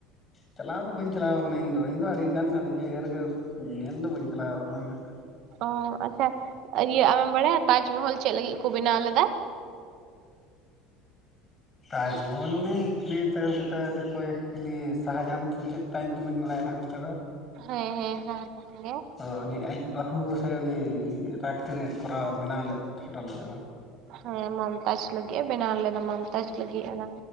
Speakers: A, on the left; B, on the right.
A: ᱪᱟᱞᱟᱣ ᱫᱚ ᱵᱟᱹᱧ ᱪᱟᱞᱟᱣ ᱠᱟᱱᱟ ᱤᱧ ᱫᱚ ᱤᱧ ᱫᱚ ᱟᱹᱰᱤ ᱜᱟᱱ ᱟᱹᱰᱤ ᱡᱟᱭᱜᱟ ᱨᱮᱜᱮ ᱧᱮᱞ ᱫᱚ ᱵᱟᱹᱧ ᱪᱟᱞᱟᱣ ᱟᱠᱟᱱᱟ ᱱᱟᱦᱟᱜ
B: ᱚ ᱟᱪᱷᱟ ᱤᱭᱟᱹ ᱟᱢᱮᱢ ᱵᱟᱲᱟᱭᱟ ᱛᱟᱡᱽᱢᱚᱦᱚᱞ ᱪᱮᱫ ᱞᱟᱹᱜᱤᱫ ᱠᱚ ᱵᱮᱱᱟᱣ ᱞᱮᱫᱟ
A: ᱛᱟᱡᱽᱢᱚᱦᱚᱞ ᱚᱱᱮ ᱪᱤᱞᱟᱹᱭ ᱛᱟ ᱪᱮᱛᱟᱱ ᱨᱮᱠᱚᱭ ᱪᱤᱞᱤ ᱥᱟᱦᱟᱡᱟᱱ ᱥᱮ ᱪᱮᱫ ᱛᱟᱭᱚᱢ ᱛᱮ ᱫᱚ ᱵᱟᱹᱧ ᱵᱟᱲᱟᱭᱮᱫ ᱱᱟᱦᱟᱜ ᱚᱱᱠᱟ ᱫᱚ
B: ᱦᱮᱸ ᱦᱮᱸ ᱦᱮᱸ ᱛᱟᱦᱞᱮ
A: ᱚ ᱩᱱᱤ ᱟᱡ ᱵᱟᱹᱦᱩ ᱥᱮ ᱩᱱᱤ ᱨᱟᱠ ᱛᱮ ᱠᱚᱨᱟᱣ ᱵᱮᱱᱟᱣ ᱞᱮᱫ ᱦᱚᱴᱚ ᱞᱮᱫ-ᱟ
B: ᱦᱮᱸ ᱢᱚᱢᱛᱟᱡ ᱞᱟᱹᱜᱤᱫ ᱮ ᱵᱮᱱᱟᱣ ᱞᱮᱫᱟ ᱢᱚᱢᱛᱟᱡ ᱞᱟᱹᱜᱤᱫ ᱚᱱᱟ